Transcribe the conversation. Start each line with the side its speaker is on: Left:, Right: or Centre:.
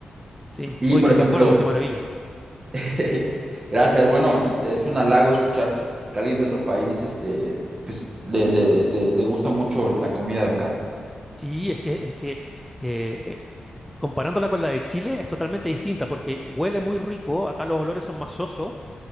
Centre: Sí.
Right: Y
Centre: Hoy
Right: por
Centre: qué
Right: ejemplo,
Centre: recuerdos, qué maravilla.
Right: <laughs> gracias, bueno, es un halago escuchar que alguien de otro país, este, pues le, le, le, le gusta mucho la comida de acá.
Centre: Sí, es que, es que eh, eh, Comparándola con la de Chile es totalmente distinta porque huele muy rico, acá los olores son más sosos,